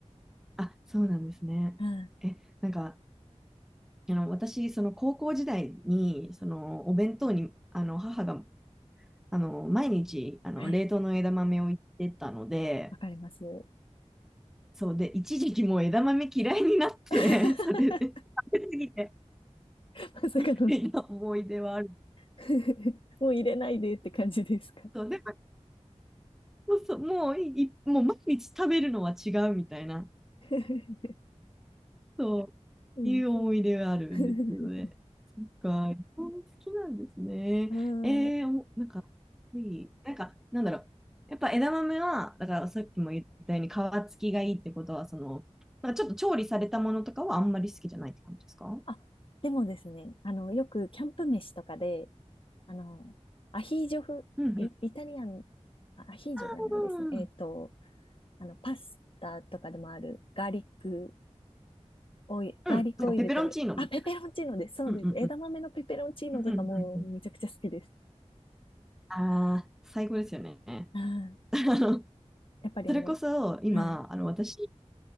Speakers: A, in the centre; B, on the left.
A: あ、そうなんですね。
B: うん。
A: え、なんか、あの、私、その高校時代に、そのお弁当に、あの、母が、あの、毎日、あの、
B: はい。
A: 冷凍の枝豆を入れてたので、
B: わかります。
A: そうで、一時期もう枝豆嫌いになって、
B: <laughs>
A: <laughs> それで食べ過ぎて、
B: <laughs> まさかの
A: みたいな思い出はある。
B: <laughs> もう入れないでって感じですか
A: そう、でも、そうそうもうい、いもう毎日食べるのは違うみたいな、
B: <laughs>
A: そ
B: うん、
A: ういう思い出があるんですけどね。
B: <laughs> そう。<laughs>
A: そっか、日本好きなんですね。
B: はーい。
A: えー、おなんか、いいなんか、なんだろう。やっぱ枝豆は、だからさっきも言ったように皮付きがいいってことは、その、なんかちょっと調理されたものとかはあんまり好きじゃないって感じですか
B: あ、でもですね、あの、よくキャンプ飯とかで、あの、アヒージョ風、
A: うんうん。
B: イ、イタリアン、あアヒージョじゃないですね。
A: うん
B: えっと、あの、パスタとかでもあるガーリックオイル、ガーリックオイルと、
A: うん、なんかペペロンチーノみたい
B: あ、ペペロンチーノです。そうです。
A: な。うんうんうん。
B: 枝豆のペペロンチーノとかもうめちゃくちゃ好きです。
A: うんうんうんうん。ああ、最高ですよね。
B: うん
A: <laughs> あの、
B: やっぱりあの、
A: それこそ今、
B: うん。
A: あの、私、